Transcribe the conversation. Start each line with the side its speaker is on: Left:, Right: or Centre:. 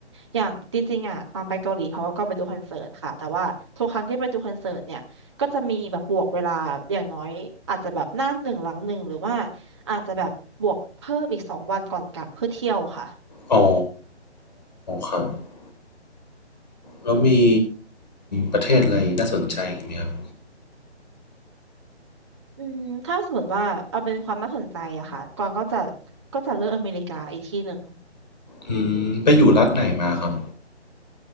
Right: อย่างจริงๆอ่ะตอนไปเกาหลีเพราะว่าก็ไปดูคอนเสิร์ตค่ะแต่ว่าทุกครั้งที่ไปดูคอนเสิร์ตเนี่ยก็จะมีแบบบวกเวลาอย่างน้อยอาจจะแบบหน้าหนึ่งหลังหนึ่งหรือว่าอาจจะแบบบวกเพิ่มอีกสองวันก่อนกลับเพื่อเที่ยวค่ะ
Left: อ๋อครับแล้วมีประเทศอะไรน่าสนใจอีกไหมครับ
Right: อืมถ้าสมมติว่าเอาเป็นความน่าสนใจอะค่ะก่านก็จะก็จะเลือกอเมริกาอีกที่หนึ่ง
Left: อืมไปอยู่รัฐไหนมาครับ